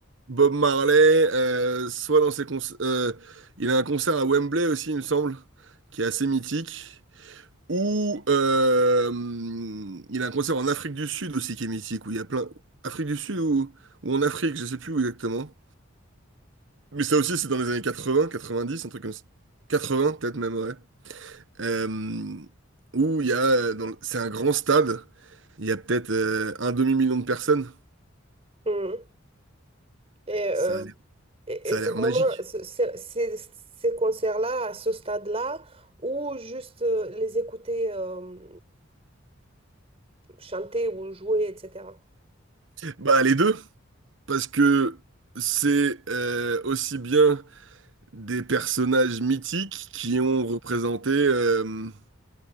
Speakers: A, on the right (about 65°); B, on the right (about 30°).
A: Bob Marley, euh, soit dans ses concerts, il a un concert à Wembley aussi, il me semble, qui est assez mythique. Ou euh, hum, il a un concert en Afrique du Sud aussi qui est mythique, où il y a plein. Afrique du Sud ou, ou en Afrique, je sais plus où exactement. Mais ça aussi, c'est dans les années 80, 90, un truc comme ça. 80, peut-être même, ouais. Euh, où il y a, euh, dans le- c'est un grand stade, il y a peut-être euh, un demi-million de personnes.
B: Mm. Et, euh,
A: Ça a l'air,
B: et,
A: ça
B: et c'est
A: a l'air
B: vraiment
A: magique.
B: ce- ce- ces, ces concerts-là, à ce stade-là, ou juste euh, les écouter euh, chanter ou jouer, etc.
A: Bah, les deux, parce que c'est euh, aussi bien des personnages mythiques qui ont représenté euh,